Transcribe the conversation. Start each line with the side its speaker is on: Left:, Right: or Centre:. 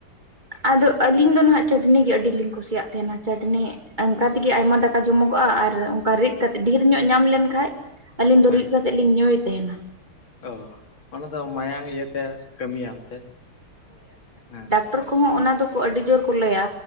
Right: ᱟᱫᱚ ᱟᱹᱞᱤᱧ ᱫᱚ ᱱᱟᱸᱦᱟᱜ ᱪᱟᱹᱴᱱᱤ ᱜᱮ ᱟᱹᱰᱤ ᱞᱤᱧ ᱠᱩᱥᱤᱭᱟᱜ ᱛᱟᱦᱮᱱᱟ ᱪᱟᱹᱴᱱᱤ ᱚᱱᱠᱟ ᱛᱤᱜᱤ ᱟᱭᱢᱟ ᱫᱟ ᱠᱟ ᱡᱚᱢᱚᱜᱚᱜᱼᱟ ᱟᱨ ᱚᱝᱠᱟ ᱨᱤᱫ ᱠᱟᱛᱮ ᱰᱷᱤᱨ ᱧᱚᱜ ᱧᱟᱢ ᱞᱮᱱᱠᱟᱡ ᱟᱹᱞᱤᱧ ᱫᱚ
Left: ᱦᱮᱸ
Right: ᱨᱤᱫ ᱠᱟᱛᱮ ᱞᱤᱧ ᱧᱩᱭ ᱛᱮᱦᱮᱱᱟ
Left: ᱚ ᱚᱱᱟ ᱫᱚ ᱢᱟᱭᱟᱝ ᱤᱭᱟᱹᱛᱮ ᱠᱟᱹᱢᱤᱭᱟ ᱚᱱᱛᱮ ᱦᱮᱸ
Right: ᱴᱚᱨ ᱠᱚᱦᱚᱸ ᱚᱱᱟ ᱫᱚᱠᱚ ᱟᱹᱰᱤ ᱡᱳᱨ ᱠᱚ ᱞᱟᱹᱭᱟ